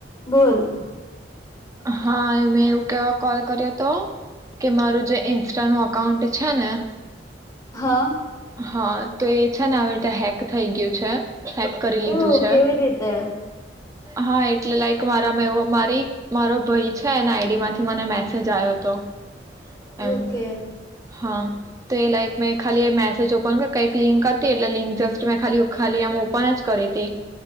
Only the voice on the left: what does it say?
બોલ.
હા.
ઓ
કેવી રીતે?
ઓકે.